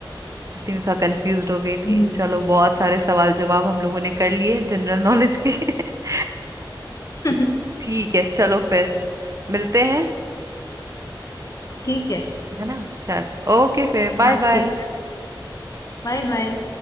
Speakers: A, on the right (about 40°); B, on the left (about 45°).
A: तो उसी में थोड़ा कंफ्यूज हो गई थी
B: हम्म,
A: चलो बहुत सारे सवाल जवाब हम लोगों ने कर लिए जनरल नॉलेज के <laughs>
B: <laughs>
A: ठीक है चलो फिर मिलते हैं
B: ठीक है
A: है ना चल ओके फिर बाय
B: हाँ
A: बाय
B: ठीक Bye bye